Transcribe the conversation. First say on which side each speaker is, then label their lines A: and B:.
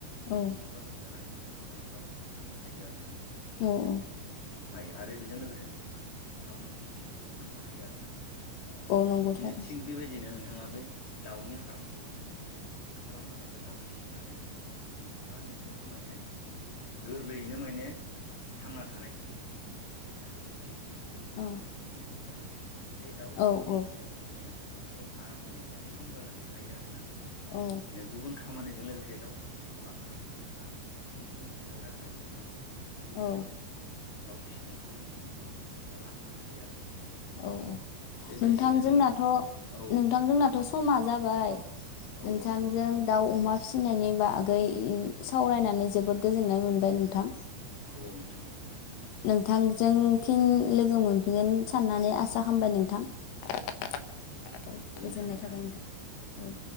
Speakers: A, on the left; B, on the left.
A: औ
B: बेजों
A: औ
B: जगाजग जानानै नों नोंथाङा माने दाउखौ फाननो हायो आरो ना।
A: औ औ।
B: आरो बेजों लोगोसे नोंथाङा दाउनि बिदैखौबो फाननो हायो आरो ना।
A: नंगौ
B: बिब्दिनो
A: थारै
B: थिग बेबायदिनो नोंथाङा बे दाउनि फार्मखौ माने खालामनानै बा दाउ फिसिनानै नोंथाङा न'खरखौ माने गोरलैयैनो माने थांना थानायसिम नोंनि न'खरखौ सोलिनायसिम सोलिनो
A: औ
B: आन्थासिम माने नोंथाङा बे दाउ
A: औ
B: फिसिनायजों
A: औ
B: माने न'खरखौ आरामै माने सामलायलांनो हायो आरोना।
A: औ
B: नों गुबुन खामानि जों लोगोसे दाउ फिसिनायखौ लाफानानै नोंथाङा नोंनि जिउ खुंनाय राहायाव माने बे
A: औ।
B: दाउ फिसिनायखौ माने नोंथाङा लाफानो हायो आरोना।
A: औ
B: बेबायदियैनो
A: नोंथां
B: जोंनि
A: जोंनाथ'
B: औ
A: नोंथां जोंनाथ' समा जाबाय
B: औ
A: नोंथांजों
B: औ नोंथां
A: दाउ अमा फिसिनायनि बागै इन सावरायनानै जोबोद गोजोननाय मोनबाय नोंथां।
B: औ औ नोंथां औ।
A: नोंथांजों फिन लोगो मोनफिनगोन साननानै आसा खालामबाय नोंथां। औ
B: गोजोन्थों
A: गोजोननाय
B: नोंथां
A: थाबाय नोंथां
B: गोजोन
A: औ।